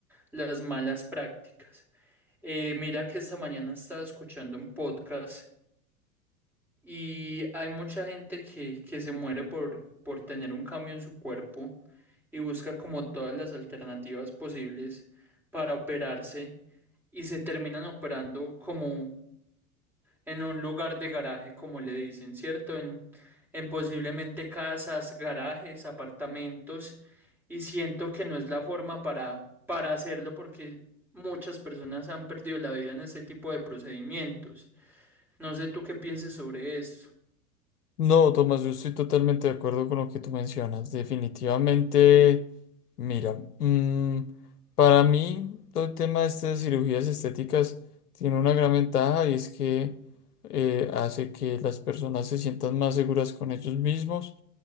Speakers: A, in the centre; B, on the left.
A: las malas prácticas. Eh, mira que esta mañana estaba escuchando un podcast Y hay mucha gente que, que se muere por, por tener un cambio en su cuerpo y busca como todas las alternativas posibles para operarse y se terminan operando como en un lugar de garaje, como le dicen, ¿cierto? En, en posiblemente casas, garajes, apartamentos y siento que no es la forma para, para hacerlo porque muchas personas han perdido la vida en este tipo de procedimientos. No sé tú qué pienses sobre esto.
B: No, Tomás, yo estoy totalmente de acuerdo con lo que tú mencionas. Definitivamente, mira, mm, para mí todo el tema de estas cirugías estéticas tiene una gran ventaja y es que eh, hace que las personas se sientan más seguras con ellos mismos